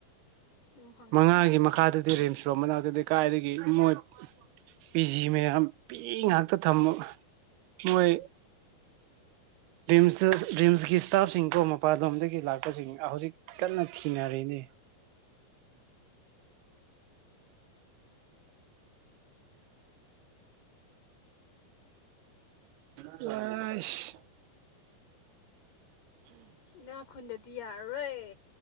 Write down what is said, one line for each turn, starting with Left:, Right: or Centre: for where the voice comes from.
Left: ꯑꯗꯨꯝ ꯍꯪꯉꯤꯅꯤ
Right: ꯃꯉꯥꯒꯤ
Left: ꯀꯩꯅꯣ
Right: ꯃꯈꯥꯗꯗꯤ ꯔꯤꯝꯁ ꯔꯣ ꯃꯅꯥꯛꯇꯗꯤ ꯀꯥꯏꯗꯒꯤ ꯃꯣꯏ ꯄꯤ ꯖꯤ ꯃꯌꯥꯝ ꯄꯤ ꯉꯥꯛꯇ ꯊꯝꯃ ꯃꯣꯏ <unintelligible> ꯔꯤꯝꯁꯇ ꯔꯤꯝꯁꯀꯤ ꯏꯁꯇꯥꯐꯁꯤꯡꯀꯣ ꯃꯄꯥꯟꯂꯣꯝꯗꯒꯤ ꯂꯥꯛꯄꯁꯤꯡ ꯍꯧꯖꯤꯛ ꯀꯟꯅ ꯊꯤꯅꯔꯤꯅꯦ <unintelligible> ꯇꯏꯁ
Left: ꯏꯅꯥ ꯈꯨꯟꯗꯗꯤ ꯌꯥꯔꯔꯣꯏ